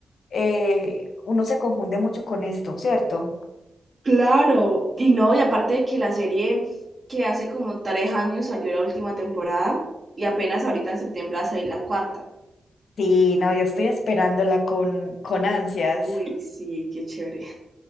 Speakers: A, on the left; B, on the right.
A: eh, uno se confunde mucho con esto, ¿cierto?
B: Claro, y no, y aparte de que la serie que hace como tres años salió la última temporada y apenas ahorita en septiembre va a salir la cuarta.
A: Sí, no, yo estoy esperándola con, con ansias.
B: Uy, sí, qué chévere.